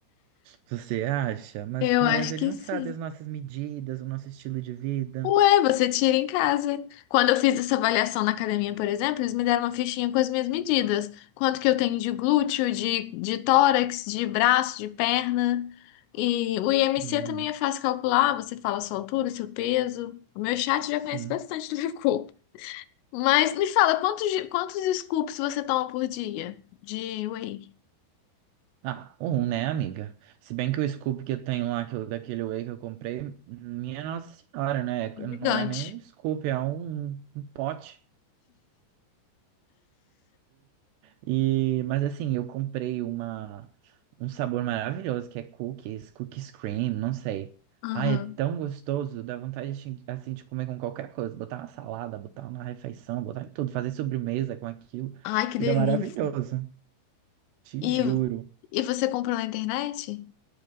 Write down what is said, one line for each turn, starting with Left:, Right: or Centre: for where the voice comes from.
Right: Você acha? Mas
Left: Eu
Right: como
Left: acho
Right: é, ele
Left: que
Right: não
Left: sim.
Right: sabe as nossas medidas, o nosso estilo de vida.
Left: Ué, você tira em casa. Quando eu fiz essa avaliação na academia, por exemplo, eles me deram uma fichinha com as minhas medidas. Quanto que eu tenho de glúteo, de, de tórax, de braço, de perna. E o IMC
Right: Hum,
Left: também é fácil calcular, você fala a sua altura, o seu peso. O meu chat já
Right: sim.
Left: conhece bastante do meu corpo. Mas me fala, quantos, de- quantos scoops você toma por dia de whey?
Right: Ah, um, né, amiga? Se bem que o scoop que eu tenho lá, que eu- daquele whey que eu comprei, minha Nossa Senhora, né?
Left: Gigante.
Right: Não é nem um scoop, é um, um pote. E, e- mas assim, eu comprei uma, um sabor maravilhoso que é cookies, cookies cream, não sei.
Left: Aham.
Right: Ah, é tão gostoso, dá vontade assim assim, de comer com qualquer coisa, botar na salada, botar na refeição, botar em tudo, fazer sobremesa com aquilo.
Left: Ai, que
Right: Fica
Left: delícia.
Right: maravilhoso, te
Left: E,
Right: juro.
Left: e você comprou na internet?